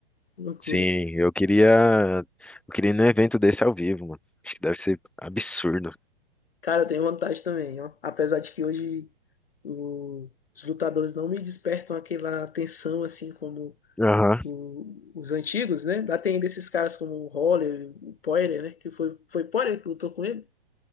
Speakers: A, on the left; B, in the centre.
A: loucura.
B: Sim, eu queria. Eu queria ir num evento desse ao vivo, mano. Acho que deve ser absurdo.
A: Cara, eu tenho vontade também, ó. Apesar de que hoje o- os lutadores não me despertam aquela atenção assim como
B: Aham.
A: o- os antigos, né? Lá tem desses caras como o Holler, o Poirier, né? Que foi, foi Poirier que lutou com ele?